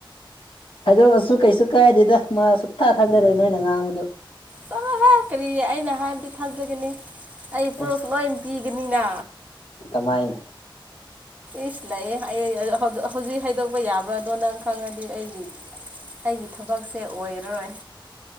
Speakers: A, on the left; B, on the right.
A: ꯍꯥꯏꯗꯣꯛꯑꯁꯨ ꯀꯩꯁꯨ ꯀꯥꯏꯗꯦꯗ ꯃꯥ ꯁꯨꯡꯊꯥ ꯊꯥꯖꯔꯣꯏ ꯅꯣꯏꯅ ꯉꯥꯡꯕꯗꯣ
B: ꯆꯠꯂꯣꯍꯦ ꯀꯔꯤ ꯑꯩꯅ ꯍꯥꯏꯕꯗꯤ ꯊꯥꯖꯒꯅꯤ ꯑꯩ
A: ꯑꯩꯁ
B: ꯄ꯭ꯔꯨꯐ ꯂꯣꯏ ꯄꯤꯒꯅꯤꯅ
A: ꯀꯃꯥꯏꯅ
B: ꯏꯁ ꯂꯩ ꯑꯩ ꯍꯧꯖꯤꯛ ꯍꯥꯏꯗꯣꯛꯄ ꯌꯥꯕ꯭ꯔꯥ ꯑꯗꯣ ꯅꯪ ꯈꯪꯉꯗꯤ ꯑꯩꯒꯤ ꯑꯩꯒꯤ ꯊꯕꯛꯁꯦ ꯑꯣꯏꯔꯔꯣꯏ